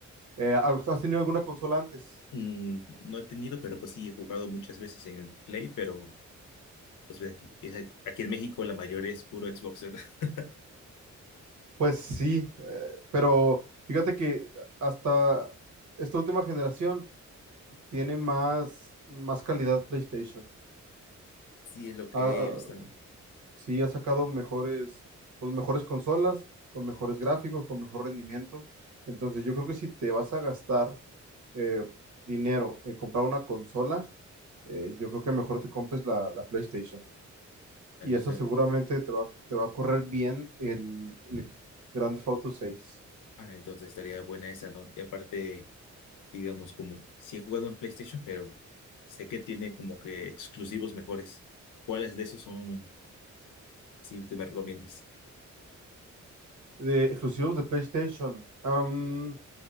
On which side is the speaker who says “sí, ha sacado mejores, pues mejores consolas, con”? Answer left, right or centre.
Right